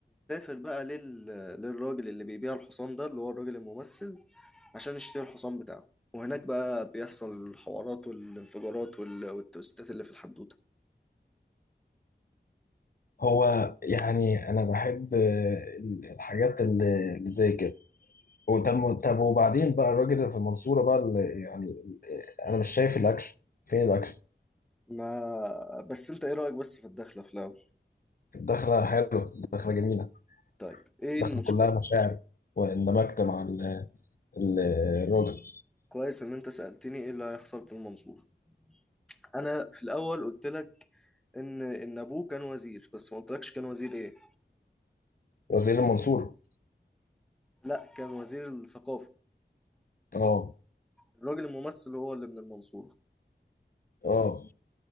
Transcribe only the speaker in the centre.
بقى لل... للراجل اللي بيبيع الحصان ده اللي هو الراجل الممثل عشان يشتري الحصان بتاعه وهناك بقى بيحصل الحوارات والانفجارات وال... والتوستات اللي في الحدوتة
ما بس انت ايه رأيك بس في الدخلة في الأول
طيب ايه
المشكلة
كويس ان انت سألتني ايه اللي هيحصل في المنصورة انا في الاول قلت لك ان ان ابوه كان وزير بس ما قلتلكش كان وزير ايه
لا كان وزير الثقافة
الراجل الممثل هو اللي من المنصورة